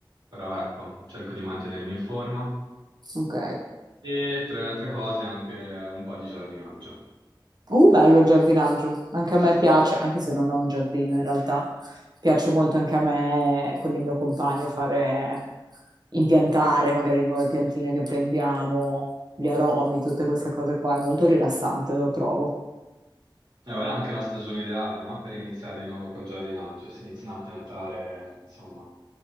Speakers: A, on the right (about 70°); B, on the right (about 55°).
A: però ecco, cerco di mantenermi in forma.
B: Ok.
A: E tra le altre cose anche un po' di giardinaggio.
B: Uh, bello il giardinaggio. Anche a me piace, anche se non ho un giardino in realtà. Piace molto anche a me con il mio compagno fare impiantare magari le nuove piantine che prendiamo, gli aromi, tutte queste cose qua. È molto rilassante, lo trovo.
A: E ora è anche la stagione ideale, no? Per iniziare di nuovo col giardinaggio, si iniziano a piantare, insomma,